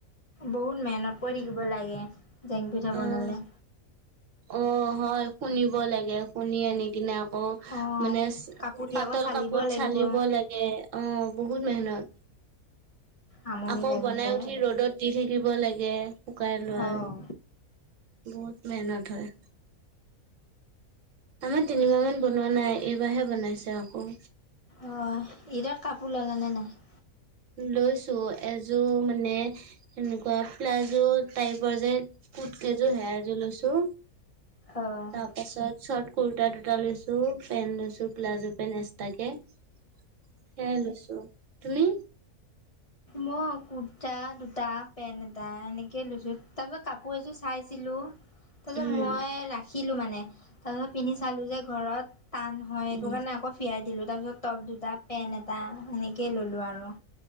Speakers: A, on the left; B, on the right.
A: বহুত মেহেনত কৰি থাকিব লাগে জেং পিঠা
B: অ'।
A: বনালে।
B: অ' হয় শুনিব লাগে, শুনি আনি কিনে আকৌ
A: অঁ
B: মানে
A: কাপোৰ দি
B: পাতল
A: আকৌ চালিব
B: কাপোৰত
A: লাগিব
B: চালিব লাগে, অ' বহুত মেহনত।
A: আমনি
B: আকৌ
A: লাগি
B: বনাই
A: যায়
B: উঠি ৰ'দত দি থাকিব লাগে শুকাই লোৱা
A: অঁ
B: বহুত মেহনত হয়। আমাৰ তিনিমাহ মান বনোৱা নাই, এইবাৰহে বনাইছে আকৌ।
A: অ', ঈদত কাপোৰ ল'লা নে নাই?
B: লৈছোঁ এযোৰ মানে এনেকুৱা প্লাজো টাইপৰ যে কুট কেইযোৰ, সেয়া এযোৰ লৈছোঁ।
A: অঁ
B: তাৰপাছত ছৰ্ট কুৰ্তা দুটা লৈছোঁ, পেণ্ট লৈছোঁ প্লাজো পেণ্ট এক্সট্ৰাকে। সেইয়াই লৈছোঁ। তুমি?
A: মই কুুৰ্তা দুটা, পেণ্ট এটা এনেকে লৈছোঁ, তাৰপিছত কাপোৰ এযোৰ চাইছিলোঁ। তাৰপিছত
B: উম।
A: মই ৰাখিলোঁ মানে তাৰপিছত পিন্ধি চালোঁ যে ঘৰত টান হয় সেইটো
B: উম,
A: কাৰণে আকৌ ফিৰাই দিলোঁ তাৰপিছত টপ দুটা, পেণ্ট এটা সেনেকেই ল'লোঁ আৰু।